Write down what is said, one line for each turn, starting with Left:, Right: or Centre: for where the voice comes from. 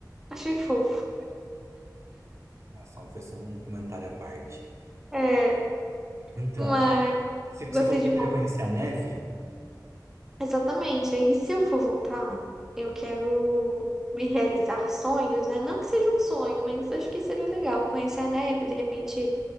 Centre: Achei fofo.
Right: Ah, só- um, foi só um comentário à parte.
Centre: É,
Right: Então,
Centre: mas
Right: ah, você, você
Centre: gostei
Right: falou
Centre: de
Right: que
Centre: Roma.
Right: queria conhecer a neve?
Centre: Exatamente. Aí, se eu for voltar, eu quero me realizar sonhos, né? Não que seja um sonho, mas acho que seria legal conhecer a neve, de repente